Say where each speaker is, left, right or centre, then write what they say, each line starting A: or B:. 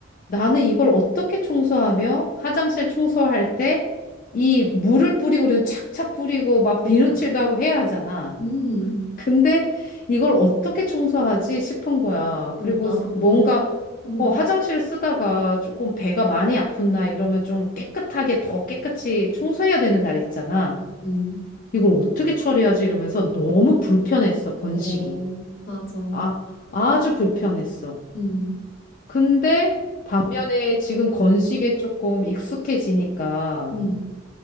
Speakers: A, on the left (about 45°); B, on the left (about 70°).
A: 나는 이걸 어떻게 청소하며 화장실 청소할 때 이 물을 뿌리고 그리고 착착 뿌리고 막
B: 그러니까.
A: 비누칠도 하고 해야 하잖아.
B: 음,
A: 근데 이걸 어떻게 청소하지 싶은 거야.
B: 어,
A: 그리고
B: 나도.
A: 뭔가
B: <laughs> 어,
A: 어, 화장실을 쓰다가 조금 배가 많이 아픈 날 이러면 좀 깨끗하게 더 깨끗이 청소해야 되는 날 있잖아.
B: 음,
A: 이걸 어떻게 처리하지 이러면서 너무 불편했어, 건식이.
B: 어, 맞아.
A: 아, 아주 불편했어.
B: 음,
A: 근데 반면에 지금 건식에 조금 익숙해지니까
B: 음,